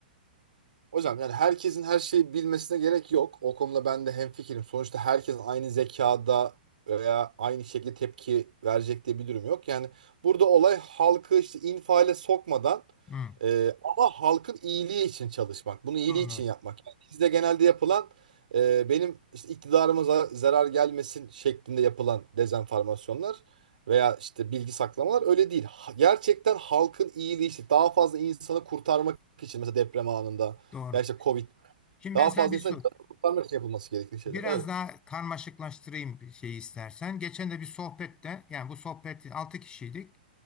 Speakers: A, on the right; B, on the left.
A: Hocam yani herkesin her şeyi bilmesine gerek yok. O konuda ben de hemfikirim. Sonuçta herkes aynı zekada veya aynı şekilde tepki verecek diye bir durum yok. Yani burada olay halkı işte infiale sokmadan
B: Hı,
A: e, ama halkın iyiliği için çalışmak. Bunu iyiliği
B: anlıyorum.
A: için yapmak. Yani bizde genelde yapılan e, benim işte iktidarıma za- zarar gelmesin şeklinde yapılan dezenformasyonlar veya işte bilgi saklamalar öyle değil. Ha- Gerçekten halkın iyiliği için daha fazla insanı kurtarmak için mesela deprem anında
B: Doğru.
A: ya işte Covid.
B: Şimdi
A: Daha
B: ben sana
A: fazla
B: bir
A: insan
B: sor.
A: canını kurtarmak için yapılması gerektiği şeyler.
B: Biraz
A: Evet.
B: daha karmaşıklaştırayım şeyi istersen. Geçen de bir sohbette yani bu sohbet 6 kişiydik.